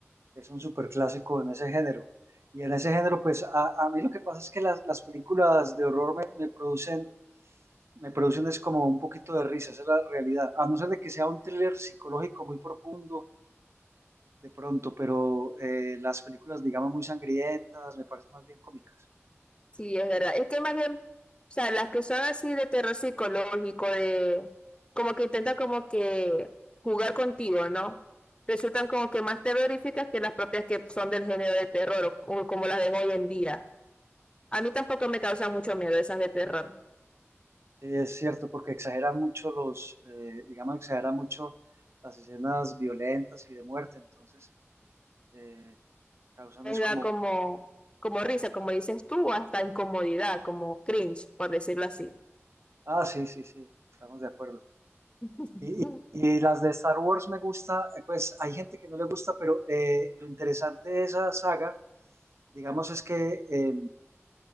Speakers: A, on the right; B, on the left.
A: es un superclásico en ese género. Y en ese género, pues a, a mí lo que pasa es que las, las películas de horror me, me producen, me producen es como un poquito de risa, esa es la realidad. A no ser de que sea un thriller psicológico muy profundo de pronto, pero eh, las películas, digamos, muy sangrientas, me parecen más bien cómicas.
B: Sí, es verdad. Es que más bien, o sea, las que son así de terror psicológico, de como que intentan como que jugar contigo, ¿no? Resultan como que más terroríficas que las propias que son del género de terror o, o como las de hoy en día. A mí tampoco me causan mucho miedo esas de terror.
A: Sí, es cierto, porque exageran mucho los, eh, digamos, exageran mucho las escenas violentas y de muerte, entonces eh, causan
B: Me
A: es como,
B: da como, como risa, como dices tú, o hasta incomodidad, como cringe, por decirlo así.
A: ah, sí, sí, sí, estamos de acuerdo.
B: <laughs>
A: Y, y y las de Star Wars me gusta, eh, pues hay gente que no le gusta, pero eh, lo interesante de esa saga, digamos, es que eh,